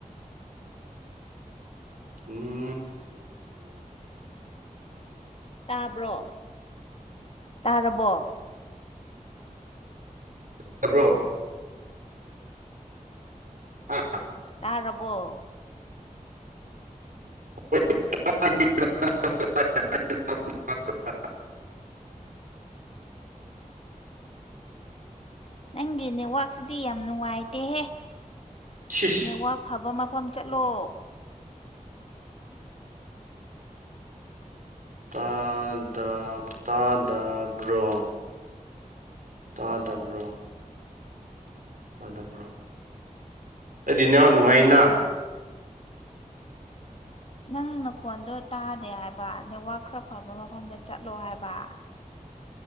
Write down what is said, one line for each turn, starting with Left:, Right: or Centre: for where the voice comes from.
Right: ꯎꯝ
Left: ꯇꯥꯕ꯭ꯔꯣ ꯇꯥꯔꯕꯣ
Right: ꯇꯕ꯭ꯔꯣ ꯍꯥ
Left: ꯇꯥꯔꯕꯣ
Right: <inaudible>
Left: ꯅꯪꯒꯤ ꯅꯦꯠꯋꯥꯛꯁꯤꯗꯤ ꯌꯥꯝ ꯅꯨꯡꯉꯥꯏꯇꯦꯍꯦ
Right: ꯁꯤꯁ
Left: ꯅꯦꯠꯋꯥꯛ ꯑꯐꯕ ꯃꯐꯝ ꯆꯠꯂꯣ
Right: ꯇꯥ ꯇꯥꯗꯕ꯭ꯔꯣ ꯇꯥ ꯇꯕ꯭ꯔꯣ ꯇꯗꯕ꯭ꯔꯣ ꯑꯩꯗꯤꯅꯦ ꯅꯨꯡꯉꯥꯏꯅ
Left: ꯅꯪ ꯅꯈꯣꯟꯗꯣ ꯇꯥꯗꯦ ꯍꯥꯏꯕ ꯅꯦꯠꯋꯥꯛ ꯈꯔ ꯐꯕ ꯃꯐꯝꯗ ꯆꯠꯂꯣ ꯍꯥꯏꯕ